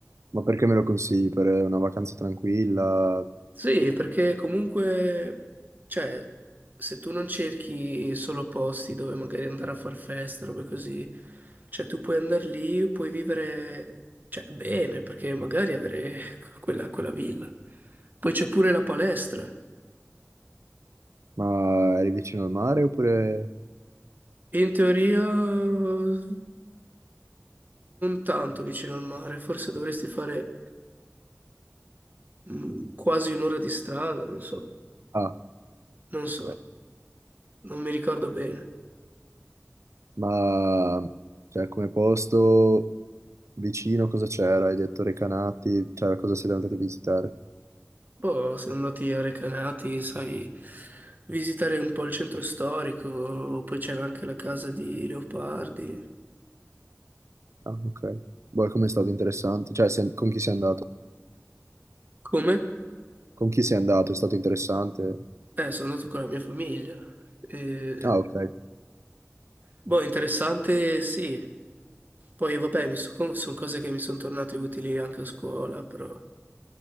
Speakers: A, on the right; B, on the right.
A: Ma perché me lo consigli? Per una vacanza tranquilla?
B: Sì, perché comunque, cioè, se tu non cerchi solo posti dove magari andare a far festa, robe così, cioè tu puoi andare lì, puoi vivere, cioè, bene, perché magari avere <laughs> quella, quella villa. Poi c'è pure la palestra.
A: Ma eri vicino al mare oppure...
B: In teoria non tanto vicino al mare, forse dovresti fare mh, quasi un'ora di strada, non so,
A: Ah,
B: non
A: ok.
B: so, non mi ricordo bene.
A: Ma, cioè, come posto vicino cosa c'era? Hai detto Recanati? Cioè, cosa siete andati a visitare?
B: Poi siamo andati a Recanati, sai, visitare un po' il centro storico, poi c'era anche la casa di Leopardi.
A: Ah, ok. Boh, com'è stato interessante? Cioè, se- con chi sei andato?
B: Come?
A: Con chi sei andato? È stato interessante?
B: Eh, sono andato con la mia famiglia. E...
A: Ah, ok.
B: Boh, interessante, sì. Poi vabbè, mi sono cose che mi sono tornate utili anche a scuola, però...